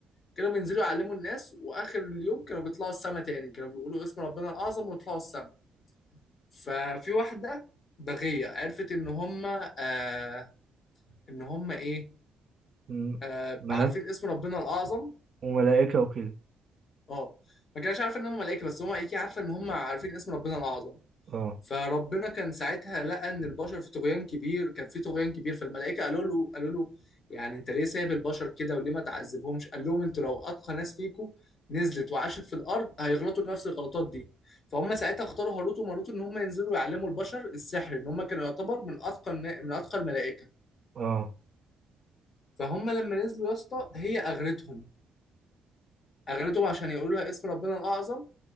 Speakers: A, on the left; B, on the right.
A: كانوا بينزلوا يعلموا الناس واخر اليوم كانوا بيطلعوا السما تاني كانوا بيقولوا اسم ربنا الاعظم ويطلعوا السما ففي واحده بغيه عرفت ان هم آه ان هم ايه
B: مم.
A: آه
B: ملاك
A: عارفين اسم ربنا الاعظم
B: وملائكة وكده
A: اه ما كانش عارف ان هم ملائكه بس هم ايه عارفه ان هم عارفين اسم ربنا الاعظم
B: اه
A: فربنا كان ساعتها لقى ان البشر في طغيان كبير كان في طغيان كبير فالملائكه قالوا له قالوا له يعني انت ليه سايب البشر كده وليه ما تعذبهمش قال لهم انتوا لو اتقى ناس فيكم نزلت وعاشت في الارض هيغلطوا نفس الغلطات دي فهم ساعتها اختاروا هاروت وماروت ان هم ينزلوا يعلموا البشر السحر ان هم كانوا يعتبر من اتقى النا- من اتقى الملائكه
B: اه
A: فهم لما نزلوا يا اسطى هي اغرتهم اغرتهم عشان يقولوا لها اسم ربنا الاعظم